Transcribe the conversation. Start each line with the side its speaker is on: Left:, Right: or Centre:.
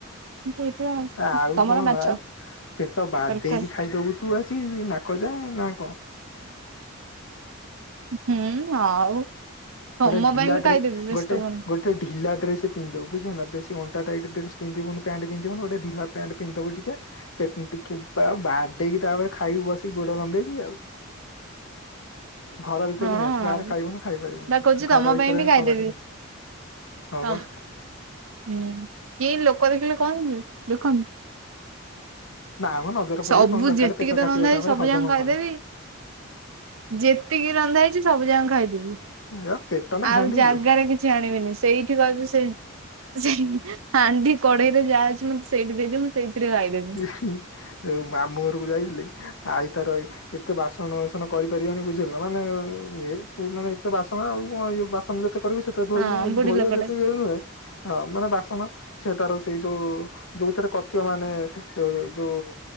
Right: ହେଇଥିଲା
Left: ଆଉ
Right: ତମର
Left: କଣ
Right: ମାଛ
Left: ଆଉ ପେଟ ବାଡେଇକି
Right: ତରକାରୀ
Left: ଖାଇଦବୁ। ତୁ ଆସି ନାକ ଯାଏ ନା କଣ।
Right: ହୁଁ ଆଉ। ତମ
Left: ଗୋଟେ ଢିଲା
Right: ପାଇଁ ବି
Left: ଡ୍ରେ
Right: ଖାଇଦେବି ବ୍ୟସ୍ତ
Left: ଗୋଟେ
Right: ହୁଅନି
Left: ଗୋଟେ ଗୋଟେ ଢିଲା ଡ୍ରେସ୍ ପିନ୍ଧୁଦବୁ ବୁଝିଲୁ ନା ବେଶୀ ଅଣ୍ଟା ଟାଇଟ୍ ଡ୍ରେସ୍ ପିନ୍ଧିବୁନି ପ୍ୟାଣ୍ଟ ପିନ୍ଧିବୁ ନୁ ଗୋଟେ ଢିଲା ପ୍ୟାଣ୍ଟ୍ ପିନ୍ଧି ଦବୁ ଟିକେ। ପେଟ ଟିକେ ବାଡେଇକି ତାପରେ ଖାଇବୁ ବସିକି ଗୋଡ ଲମ୍ଭେଇକି ଆଉ। ଘର ଭିତରକୁ
Right: ହଁ
Left: ନେଇ ଆସିବୁ ବାହାରେ
Right: ଆଉ
Left: ଖାଇବୁନୁ ଖାଇପାରିବୁନି।
Right: ବା କହୁଛି
Left: ଘର
Right: ତମ
Left: ଭିତରେ
Right: ପାଇଁ ବି ଖାଇଦେବି
Left: କବାଟ ଦେଇ ହଁ
Right: ତମ
Left: ବା।
Right: ହୁଁ କିଏ ଲୋକ ଦେଖିଲେ କଣ ଦେଖନ୍ତୁ।
Left: ନା ମ ନଜର
Right: ସବୁ
Left: ପଡିବ କଣ ଦରକାର
Right: ଯେତିକି
Left: ପେଟ
Right: ତ
Left: କାଟିବ
Right: ରନ୍ଧା
Left: ତାପରେ
Right: ହେଇଚି ସବୁ
Left: ହଜମ
Right: ଯାକ ଖାଇଦେବି।
Left: ହବନି।
Right: ଯେତିକି ରନ୍ଧା ହେଇଛି ସବୁ ଯାକ ଖାଇଦେବି।
Left: ନା <unintelligible> ପେଟ ନା
Right: ଆଉ
Left: ହାଣ୍ଡି
Right: ଜାଗାରେ
Left: ଲୋ।
Right: କିଛି ଆଣିବିନି ସେଇ କି କହୁଛୁ ସେଇ ସେଇ ହାଣ୍ଡି କଡେଇରେ ଯାହା ଅଛି ମତେ ସେଇଠି ଦେଇଦିଅ ସେଇଥିରେ ଖାଇଦେବି।
Left: ଯଉ ମାମୁଁ ଘରକୁ ଯାଇଥିଲି ଆଇ ତାର ଏତେ ବାସନ ବାସନ କରିପାରିବନି ବୁଝିଲୁ ନା ମାନେ ଇଏ ମାନେ ଏତେ ବାସନ ଆଉ କଣ ବାସନ ଯେତେ କରିବି ସେତେ ଧୋଇ
Right: ହଁ ବୁଢୀ
Left: ଧୋଇ
Right: ଲୋକଟା
Left: ବା ଯେତିକି ଇଏ ନୁହେଁ ହଁ ମାନେ ବାସନ ସେ ତାର ସେଇ ଯୋଉ ଯୋଉଥିରେ କର୍ଥିବ ମାନେ <unintelligible> ଯୋଉ